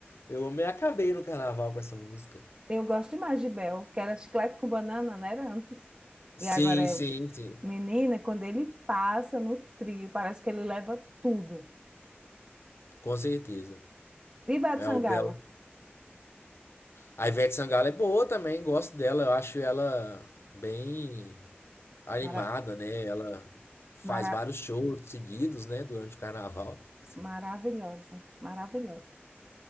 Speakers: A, on the left; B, on the right.
A: Eu me acabei no carnaval com essa música.
B: Eu gosto demais de Bel, que era chiclete com banana, né? Era antes.
A: Sim,
B: E agora é
A: sim, sim.
B: menina, quando ele passa no trio, parece que ele leva tudo.
A: Com certeza.
B: Viva de
A: É
B: Sangalo!
A: o Bel A Ivete Sangalo é boa também, gosto dela, eu acho ela bem animada,
B: Mara-
A: né? Ela faz
B: mara-
A: vários shows seguidos, né, durante o carnaval, tipo assim.
B: maravilhosa, maravilhosa.